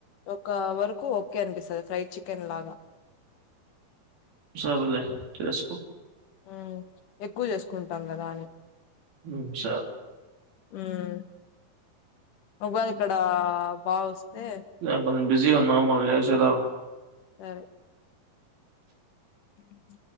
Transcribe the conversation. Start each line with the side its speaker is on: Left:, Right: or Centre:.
Left: ఒక వరకు ఓకే అనిపిస్తుంది ఫ్రై చికెన్ లాగా
Right: సార్వలే చేసుకో.
Left: ఉ ఎక్కు చేసుకుంటాం కదా అని.
Right: ఉ స.
Left: ఉం. ఒకళ ఇక్కడ బాగా వస్తే.
Right: నేన్ కొంచెం బిజీగా ఉన్నా మల్ చేస్తగా.
Left: సరే. ఉ